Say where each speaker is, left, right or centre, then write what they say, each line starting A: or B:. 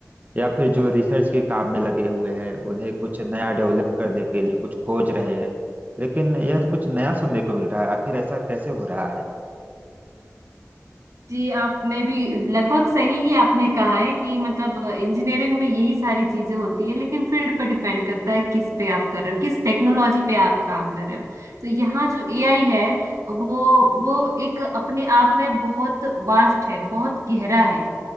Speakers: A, on the right; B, on the right.
A: या फिर जो रिसर्च के काम में लगे हुए हैं उन्हें कुछ नया डेवलप करने के लिए कुछ खोज रहे हैं लेकिन यह तो कुछ नया सुनने को मिल रहा है आखिर ऐसा कैसे हो रहा है
B: जी आपने भी लगभग सही ही आपने कहा है कि मतलब इंजीनियरिंग में यही सारी चीजें होती है लेकिन फील्ड पे डिपेंड करता है किस पे आप कर रहे हो किस टेक्नोलॉजी पे आप काम कर रहे हो तो यहाँ जो एआई है वो वो एक अपने आप में बहुत वास्ट है बहुत गहरा है